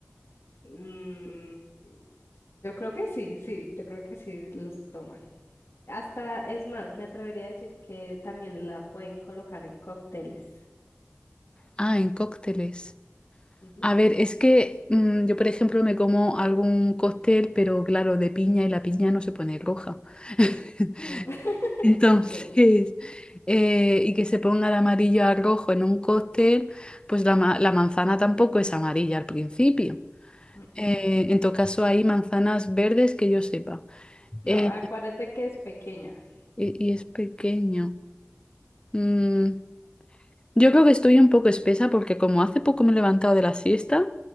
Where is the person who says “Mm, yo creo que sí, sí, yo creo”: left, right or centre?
Left